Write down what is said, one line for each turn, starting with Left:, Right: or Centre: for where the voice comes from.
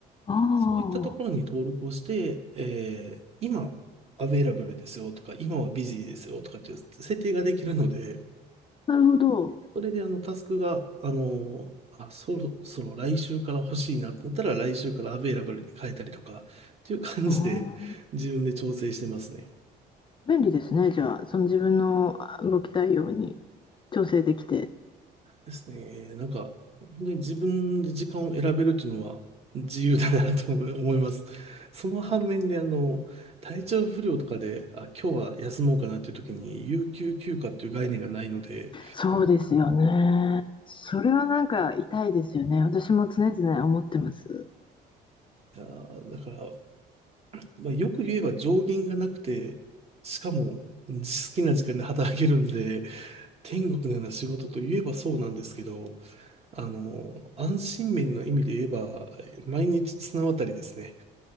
Left: あ
Right: そういったところに登録をして、えー今、アベイラブルですよとか、今はビジーですよとかっていう設定ができるので、
Left: あ、なるほど。う
Right: それであのタスクが、あのあ、そろそろ来週から欲しいなと思ったら、来週からアベイラブルに変えたりとかっていう感じで、
Left: ーん、
Right: 自分で調整してますね。
Left: 便利ですね。じゃあ、その自分のあ動きたいように調整できて。
Right: ですね。なんか、本当に自分で時間を選べるっていうのは自由だなと思い思います。その反面で、あの、体調不良とかで、あ、今日は休もうかなっていう時に、有給休暇っていう概念がないので、
Left: そうですよね。それはなんか痛いですよね。私も常々思ってます。
Right: あー、だから、まあ、よく言えば上限がなくて、しかも好きな時間で働けるんで、天国のような仕事といえばそうなんですけど、あの、安心面の意味で言えば、毎日綱渡りですね。